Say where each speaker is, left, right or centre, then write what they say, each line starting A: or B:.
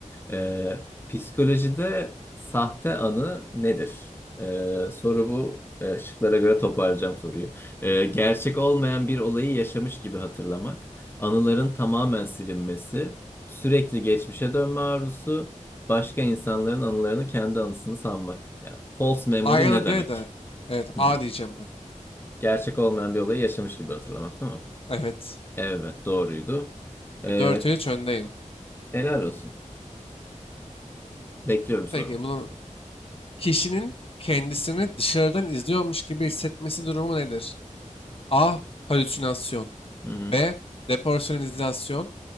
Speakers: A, on the left; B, on the left.
A: Ee, psikolojide sahte anı nedir? Ee, soru bu. Ee, şıklara göre toparlayacağım soruyu. Ee, gerçek olmayan bir olayı yaşamış gibi hatırlamak, anıların tamamen silinmesi, sürekli geçmişe dönme arzusu, başka insanların anılarını kendi anısını sanmak. Ya, false memory
B: A ya
A: ne
B: da
A: demek?
B: D de. Evet
A: <laughs>
B: A diyeceğim ben.
A: Gerçek olmayan bir olayı yaşamış gibi hatırlamak değil mi?
B: Evet.
A: Evet doğruydu. Ee,
B: 4-3 öndeyim.
A: helal olsun. Bekliyorum sorumu.
B: Peki bunu Kişinin kendisini dışarıdan izliyormuş gibi hissetmesi durumu nedir? A. Halüsinasyon.
A: Hı hı.
B: B. Depersonalizasyon.